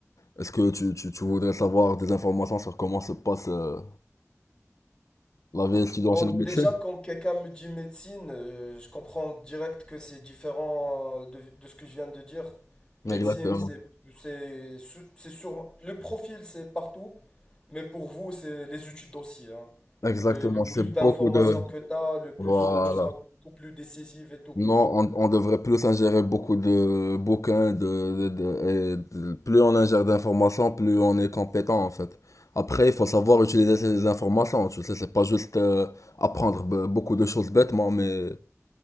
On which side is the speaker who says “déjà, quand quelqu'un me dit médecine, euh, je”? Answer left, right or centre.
Left